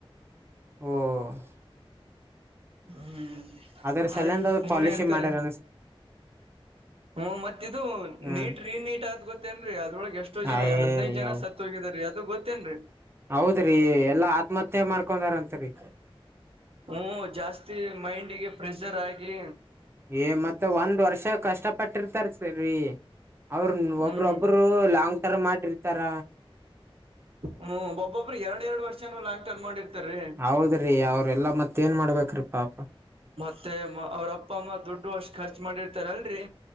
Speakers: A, on the right; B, on the right.
A: ಹ್ಮ.
B: ಹ್ಮ್
A: ಅದ್ರ
B: ಅದ
A: ಸಲಂದ
B: ಸುಮ್ಮ್ನೆ
A: ಪಾಲಿಸಿ
B: ಇರ್ತಾರೆ.
A: ಮಾಡ್ಯಾರ ಅನ್ಸ್
B: ಹ್ಮ ಮತ್ತ ಇದು
A: ಹ್ಮ್
B: ನೀಟ್ ರೀನ್ ನೀಟ್ ಆದ್ ಗೊತ್ತ.. ಗೊತ್ತೇನ್ೀ ಅದ್ರೊಳಗ್ ಎಷ್ಟೋ ಜನ
A: ಅಯ
B: ಹದ್ೈದ ಜನ ಸತ್ ಹೋಗಿದಾರ ರೀ ಅದು ಗೊತ್ತೇನ್ರಿ.
A: ಹೌದ್ರಿ ಎಲ್ಲಾ ಆತ್ಮಹತ್ಯೆ ಮಾಡ್ಕೊಂಡಾರತ್ರಿ.
B: ಹ್ಮ ಜಾಸ್ತಿ ಮೈಂಡ್ಿಗೆ ಪ್ರೆಷರ್ ಆಗಿ.
A: ಏ ಮತ್ತೆ ಒಂದ್ ವರ್ಷ ಕಷ್ಟ ಪಟ್ಟಿರ್ತಾರ ಸರರಿ. ಅವ್ರ
B: ಹ್ಮ್
A: ಒಬ್ರೊಬ್ಬರು ಲಾಂಗ್ ಟರ್ಮ್ ಆಟಿರ್ತಾರ.
B: ಹ್ಮ್ ಒಬ್ಬೊಬ್ಬ್ರ ಎರಡ್ ಎರಡ್ ವರ್ಷನೂ ಲಾಂಗ್ ಟರ್್ ಮಾಡಿರ್ತಾರರಿ.
A: ಹೌದ್ರೀ ಅವ್ರೆಲ್ಲ ಮತ್ತೆ. ಮತ್ತ ಏನ್ ಮಾಡ್ಬೇಕ್ರೀ ಪಾಪ.
B: ಮತ್ತೆ ಅವ್ರ ಅಪ್ಪ ಅಮ್ಮ ದುಡ್ಡು ವರ್ಷ ಖರ್ಚು ಮಾಡಿರ್ತಾರ ಅಲ್ರರಿ